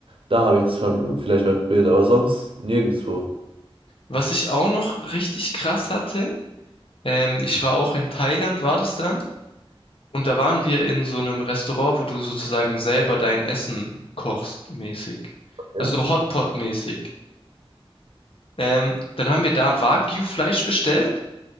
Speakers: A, on the right; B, on the left.
A: Da habe ich es vielleicht mal probiert, aber sonst nirgendwo.
B: Was ich auch noch richtig krass hatte, ähm, ich war auch in Thailand, war das dann, und da waren wir in so einem Restaurant, wo du sozusagen selber dein Essen kochst, mäßig.
A: Ja.
B: Also so Hotpot-mäßig. Ähm, dann haben wir da Wagyu-Fleisch bestellt